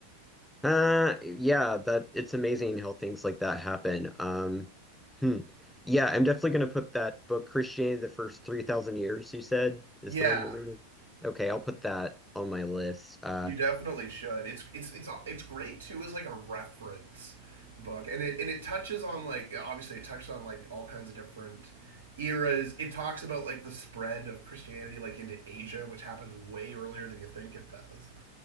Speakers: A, in the centre; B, on the right.
A: Uh, yeah, that it's amazing how things like that happen. Um, hmm. Yeah, I'm definitely gonna put that book, Christianity, the First 3,000 Years, you said, is
B: yeah
A: the one you're reading. Okay, I'll put that on my list. Uh,
B: you definitely should it's it's it's it's great too as like a reference book and it and it touches on like obviously it touches on like all kinds of different eras it talks about like the spread of christianity like into asia which happens way earlier than you think it does